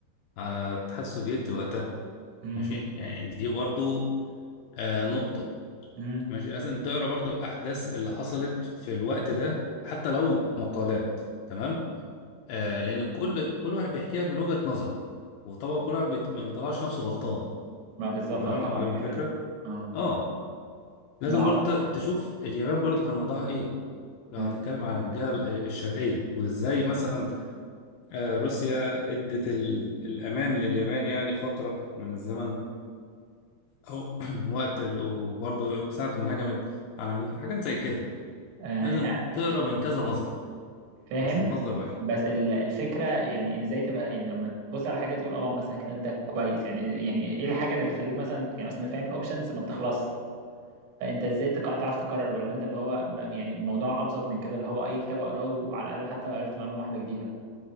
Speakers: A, on the left; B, on the right.
A: على الاتحاد السوفيتي وقتها
B: أمم،
A: ماشي يعني دي برضو آه، نقطه
B: أمم.
A: ماشي لازم تقرا برضو الاحداث اللي حصلت في الوقت ده حتى لو مقالات تمام آه لان كل كل واحد بيحكيها من وجهة نظره وطبعا كل واحد بيت... ما بيطلعش نفسه غلطان
B: ما بالظبط
A: تمام
B: اه طبعا
A: فاهم
B: ده كده
A: الفكره
B: كده. اه
A: اه لازم
B: ما
A: برضو
B: هو
A: ت- تشوف اليابان برضو كان وضعها ايه لو
B: أمم.
A: هتتكلم عن الجهه ال- الشرقيه وازاي مثلا آه روسيا ادت ال... الامان لليابان يعني فتره من الزمن او <clears throat> وقت ال... وبرضو ساعه ما هجمت على امريكا حاجات زي كده
B: آه
A: لازم
B: يعني
A: تقرا من كذا مصدر
B: فاهم
A: مش من مصدر واحد
B: بس ال- الفكره يعني ازاي تبقى يعني لما تبص على حاجه تقول اه مثلا الكتاب ده كويس يعني يعني ايه الحاجه اللي بتخليك مثلا يعني اصلا فاهم الاوبشنز ما بتخلص فانت ازاي تق- تعرف تقرر ولا انت اللي هو ب- يعني موضوع ابسط من كده اللي هو اي كتاب اقراه وعلى الاقل حتى لو عرفت معلومه واحده جديده